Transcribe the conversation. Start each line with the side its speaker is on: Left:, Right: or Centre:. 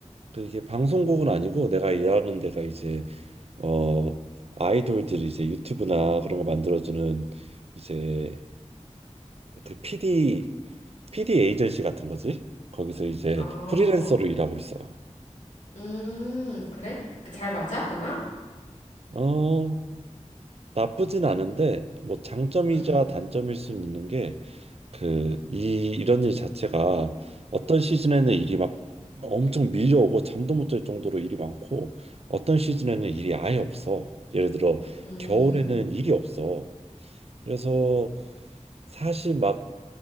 Right: 그 이게 방송국은 아니고 내가 일하는 데가 이제 어 아이돌들이 이제 유튜브나 그런 거 만들어주는 이제 그 PD PD 에이전시 같은 거지. 거기서 이제
Left: 어,
Right: 프리랜서로 일하고 있어.
Left: 음, 그래? 그 잘 맞아? 너랑?
Right: 어 나쁘진 않은데 뭐 장점이자
Left: 응
Right: 단점일 순 있는 게 그, 이, 이런 일 자체가 어떤 시즌에는 일이 막 엄청 밀려오고 잠도 못 잘 정도로 일이 많고 어떤 시즌에는 일이 아예 없어. 예를 들어
Left: 음,
Right: 겨울에는 일이 없어. 그래서 사실 막